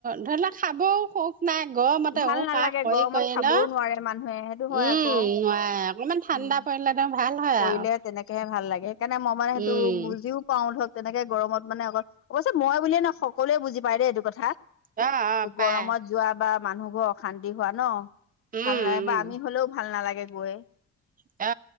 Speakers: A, on the right; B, on the left.
A: ধৰি লওক খাবও সুখ নাই গৰমতে
B: ভাল
A: উশাহ
B: নালাগে
A: কৰি
B: গৰমত
A: কৰি
B: খাবও
A: ন,
B: নোৱাৰে মানুহে সেইটো হয়
A: উম
B: আকৌ।
A: নোৱাৰে। অকমান ঠাণ্ডা
B: উম,
A: পৰিলে দেম ভাল হয়।
B: কৰিলে
A: আৰু
B: তেনেকেহে ভাল লাগে সেইকাৰণে মই মানে সেইটো
A: উম
B: বুজিও পাওঁ ধৰক তেনেকে গৰমত মানে অক অৱশ্যে মই বুলিয়ে ন সকলোৱে বুজি পাই দেই এইটো কথা।
A: অ অ পাই
B: গৰমত যোৱা বা মানুহবোৰ অশান্তি হোৱা ন।
A: উম
B: ভাল নালাগে
A: উম
B: বা আমি হলেও ভাল নালাগে গৈ।
A: অ।